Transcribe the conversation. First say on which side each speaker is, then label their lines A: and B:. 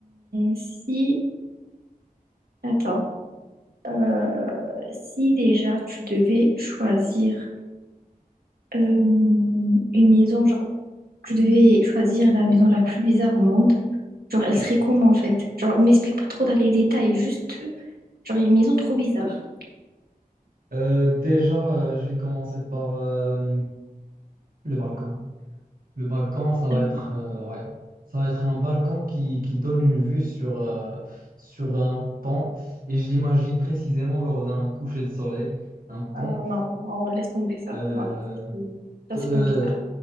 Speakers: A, on the right (about 85°); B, on the right (about 70°).
A: si Attends, euh, si déjà tu devais choisir euh, une maison, genre tu devais choisir la maison la plus bizarre au monde, genre elle serait comment en fait? Genre m'explique pas trop dans les détails, juste euh, genre une maison trop bizarre.
B: Euh, déjà, euh, je vais commencer par euh, le Balkan. Le balcon, ça va
A: Euh,
B: être, euh, ouais, ça va être un balcon qui, qui donne une vue sur, euh, sur un pont. Et je l'imagine précisément lors d'un coucher de soleil, un pont.
A: Ah non, non, on laisse tomber ça.
B: Euh,
A: Non, non, c'est- ça
B: t-
A: c'est
B: euh,
A: pas bizarre.